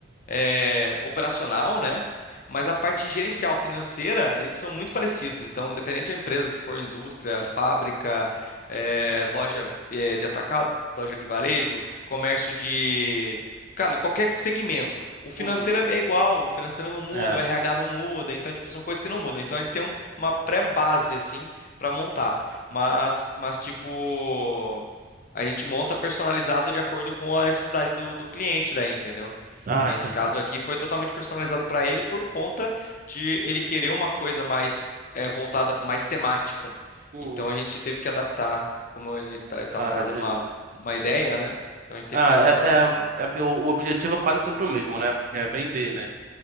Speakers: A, on the left; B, on the right.
A: é, operacional, né? Mas a parte gerencial, financeira, eles são muito parecidos. Então, independente da empresa que for, indústria, fábrica, é, loja, é, de atacado, loja de varejo, comércio de. Cara, qualquer segmento. O financeiro
B: Uhum.
A: é igual, o financeiro não muda,
B: É.
A: o RH não muda. Então, tipo, são coisas que não mudam. Então, a gente tem um- uma pré-base, assim, para montar. Mas, mas, tipo. A gente monta personalizado de acordo com a necessidade do, do cliente daí, entendeu?
B: Ah,
A: que nesse
B: entendi.
A: caso aqui foi totalmente personalizado para ele por conta de ele querer uma coisa mais eh, voltada, mais temática.
B: Uhum.
A: Então a gente teve que adaptar, como eles esta- estavam
B: Ah,
A: trazendo
B: entendi.
A: uma, uma ideia, né? Então a gente teve
B: Ah,
A: que fazer
B: é,
A: adaptação.
B: é, é porque o, o objetivo é quase sempre o mesmo, né? Que é vender, né?